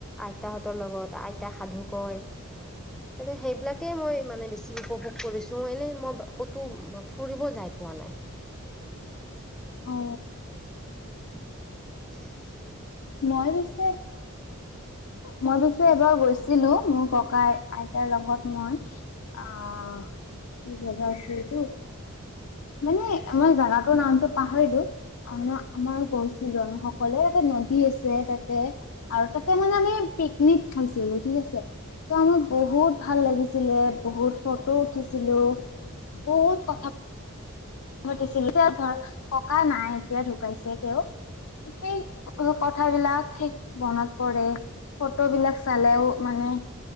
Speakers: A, in the centre; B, on the left.
A: আইতাহঁতৰ লগত আইতা সাধু কয় এ সেইবিলাকে মই মানে বেছি উপভোগ কৰিছো এনেই মই ক'তো ফুৰিব যাই পোৱা নাই।
B: অ।
A: <inaudible>
B: মই পিছে, মই পিছে এবাৰ গৈছ ছিলো মোৰ ককাই -আইতাৰ লগত মই আহ জাবা আছিল তো মানে মই জাগাটোৰ নামটো পাহৰিলো, আমাৰ গৈছিলো আমি সকলোৱে যাতে নদী আছে তাতে আৰু তাতে মানে আমি পিকনিক খাইছিলো ঠিক আছে চ' আমাৰ বহুত ভাল লাগিছিল। ছিলে বহুত ফটো উঠিছিলো, বহুত কথা মতিছিল এতিয়া ধৰ ককা নাই এতিয়া ঢুকাইছে তেওঁ, সেই কথাবিলাক সেই মনত পৰে, ফটো বিলাক চালেও মানে